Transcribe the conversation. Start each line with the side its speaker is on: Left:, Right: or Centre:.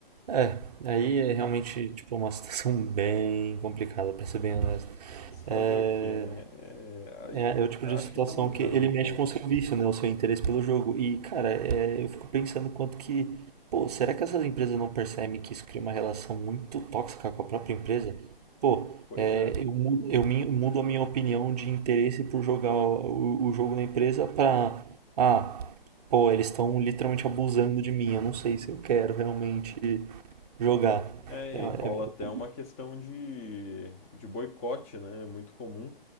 Right: É, aí é realmente, tipo, uma situação <laughs> bem complicada, pra ser bem honesto.
Left: Mas Fazer
Right: É,
Left: o quê, né? É,
Right: é, é o tipo
Left: a-
Right: de
Left: acho
Right: situação
Left: que tá mudando
Right: que ele
Left: um
Right: mexe
Left: pouco.
Right: com o seu vício, né? O seu interesse pelo jogo. E, cara, é, eu fico pensando quanto que. Pô, será que essas empresas não percebem que isso cria uma relação muito tóxica com a própria empresa? Pô,
Left: Pois
Right: é,
Left: é.
Right: eu, mu- eu mi- mudo a minha opinião de interesse por jogar o, o jogo na empresa pra. Ah, pô, eles estão literalmente abusando de mim. Eu não sei se eu quero realmente jogar.
Left: É,
Right: É,
Left: e rola
Right: é-
Left: até uma questão de, de boicote, né? É muito comum.